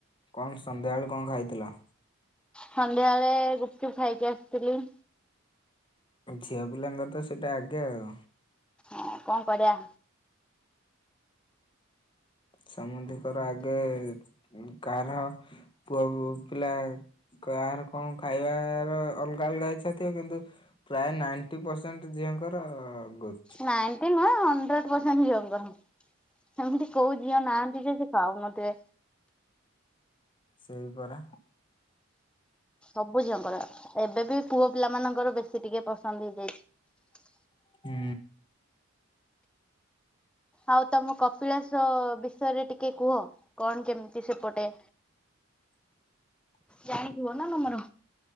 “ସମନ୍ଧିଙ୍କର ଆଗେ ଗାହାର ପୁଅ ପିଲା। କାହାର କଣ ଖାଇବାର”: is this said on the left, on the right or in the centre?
Left